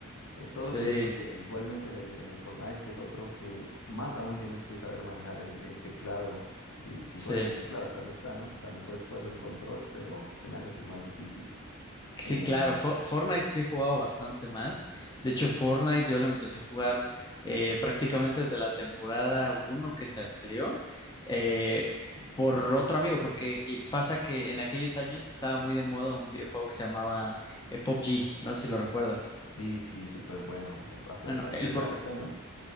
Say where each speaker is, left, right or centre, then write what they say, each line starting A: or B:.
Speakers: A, on the left; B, on the left.
A: Eh, todo
B: Sí,
A: eso influye. Igualmente en el, en el Fortnite, que es otro que más aún tienes que saber manejar el, el teclado. Si, si
B: sí.
A: juegas en teclado, claro está, ¿no? También puedes jugarlo en control, pero se me hace que es más difícil.
B: Sí,
A: Eh,
B: claro, Fo- Fortnite sí he jugado bastante más. De hecho, Fortnite yo lo empecé a jugar eh, prácticamente desde la temporada uno que salió eh, por otro amigo, porque eh, pasa que en aquellos años estaba muy de moda un videojuego que se llamaba eh, PUBG, no sé si lo recuerdas.
A: sí, sí, súper bueno. Eh, hasta
B: Bueno,
A: para
B: el,
A: celular
B: pro-
A: está, ¿no?